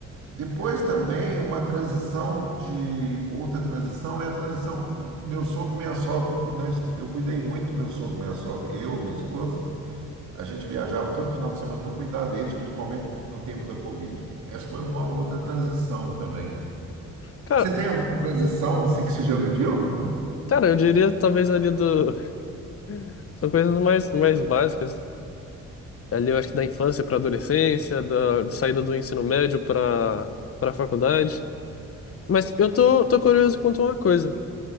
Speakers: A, on the right (about 75°); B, on the left (about 50°).
A: Depois também uma transição de, outra transição é a transição, que o- meu sogro e minha sogra, que eu, cu- nós, cu- eu cuidei muito do meu sogro e minha sogra, eu, minha esposa, a gente viajava todo final de semana para cuidar deles, principalmente no tempo da Covid. Essa foi uma outra transição também.
B: Cara,
A: Você tem alguma transição assim que você já viveu? Não.
B: cara, eu diria talvez ali do... <laughs> São coisas mais, mais básicas. Ali eu acho que da infância pra adolescência, da de saída do ensino médio pra, pra faculdade. Mas eu tô, tô curioso quanto a uma coisa,